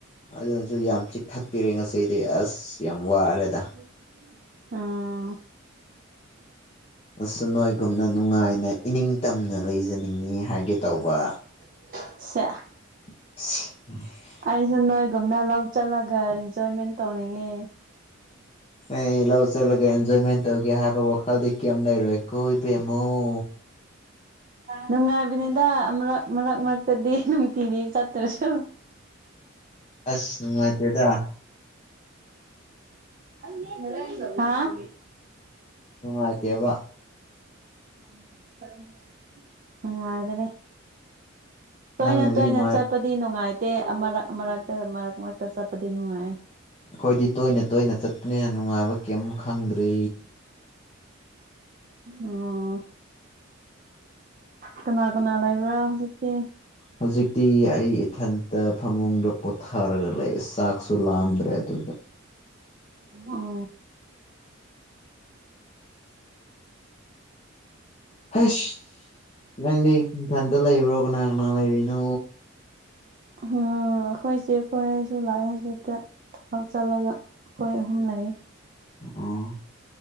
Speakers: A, on the left; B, on the right.
A: ꯑꯗꯨꯅꯖꯨ ꯌꯥꯝ ꯆꯤꯛꯊꯠꯄꯤꯔꯦ ꯉꯁꯤꯗꯤ ꯑꯁ ꯌꯥꯝ ꯋꯥꯔꯦꯗ
B: <inaudible> ꯎꯝ
A: ꯑꯁ ꯅꯣꯏꯒꯨꯝꯅ ꯅꯨꯡꯉꯥꯏꯅ ꯏꯅꯤꯡ ꯇꯝꯅ ꯂꯩꯖꯅꯤꯡꯉꯤ ꯍꯥꯏꯒꯦ ꯇꯧꯕ
B: <unintelligible>
A: <unintelligible> <inaudible>
B: ꯑꯩꯖꯨ ꯅꯣꯏꯒꯨꯝꯅ ꯂꯧ ꯆꯠꯂꯒ ꯏꯟꯖꯣꯏꯃꯦꯟ ꯇꯧꯅꯤꯡꯉꯦ
A: ꯑꯦ ꯂꯧ ꯆꯠꯂꯒ ꯑꯦꯟꯖꯣꯏꯃꯦꯟ ꯇꯧꯒꯦ ꯍꯥꯏꯕ ꯋꯥꯈꯜꯗꯤ ꯀꯩꯝ ꯂꯩꯔꯣꯏꯀꯣ ꯏꯕꯦꯝꯃꯧ
B: ꯅꯨꯡꯉꯥꯏꯕꯅꯤꯗ ꯑꯃꯔꯛ ꯃꯔꯛ ꯃꯔꯛꯇꯗꯤ ꯅꯨꯡꯇꯤꯒꯤ ꯆꯠꯇ꯭ꯔꯁꯨ
A: ꯑꯁ ꯅꯨꯡꯉꯥꯏꯇꯦꯗꯥ
B: <unintelligible> ꯍꯥ
A: ꯅꯨꯡꯉꯥꯏꯇꯦꯕ
B: ꯅꯨꯡꯉꯥꯏꯕꯅꯦ ꯇꯣꯏꯅ
A: ꯅꯪꯅꯗꯤ
B: ꯇꯣꯏꯅ
A: ꯅꯨꯡꯉꯥꯏ
B: ꯆꯠꯄꯗꯤ ꯅꯨꯡꯉꯥꯏꯇꯦ ꯑꯃꯔꯛ ꯑꯃꯔꯛꯇ ꯃꯔꯛ ꯃꯔꯛꯇ ꯆꯠꯄꯗꯤ ꯅꯨꯡꯉꯥꯏꯌꯦ
A: ꯑꯩꯈꯣꯏꯗꯤ ꯇꯣꯏꯅ ꯇꯣꯏꯅ ꯆꯠꯄꯅꯤꯅ ꯅꯨꯡꯉꯥꯏꯕ ꯀꯦꯝ ꯈꯪꯗ꯭ꯔꯦ
B: ꯑꯥ ꯀꯅꯥ ꯀꯅꯥ ꯂꯩꯕ꯭ꯔꯥ ꯍꯧꯖꯤꯛꯇꯤ
A: ꯍꯧꯖꯤꯛꯇꯤ ꯑꯩ ꯏꯊꯟꯇ ꯐꯃꯨꯡꯗ ꯄꯣꯊꯥꯔꯒ ꯂꯩ ꯆꯥꯛ ꯂꯥꯝꯗ꯭ꯔꯦ ꯑꯗꯨꯒ
B: <unintelligible>
A: ꯍꯩꯁ ꯅꯪꯗꯤ ꯏꯊꯟꯇ ꯂꯩꯕ꯭ꯔꯣ ꯀꯅꯥ ꯀꯅꯥ ꯂꯩꯔꯤꯅꯣ
B: ꯎꯝꯍꯨꯝ ꯑꯩꯈꯣꯏ ꯆꯦ ꯈꯣꯏꯁꯨ ꯂꯥꯛꯑꯦ ꯍꯧꯖꯤꯛꯇ ꯊꯕꯛ ꯆꯠꯂꯒ ꯑꯩꯈꯣꯏ ꯑꯍꯨꯝ ꯂꯩꯌꯦ
A: ꯎꯝ